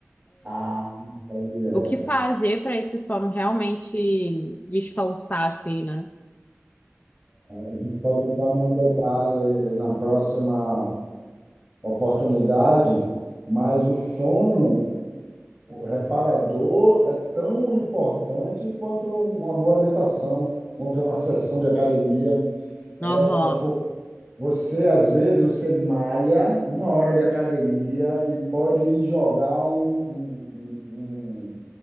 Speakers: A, on the right; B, on the left.
A: ah, aí é,
B: o que fazer para esse sono realmente descansar, assim, né?
A: a gente pode entrar num detalhe na próxima oportunidade, mas o sono. O reparador é tão importante quanto uma boa alimentação, quanto uma sessão de academia. É,
B: Aham.
A: é por- Você, às vezes, você malha uma hora de academia e pode ir jogar um, um, um,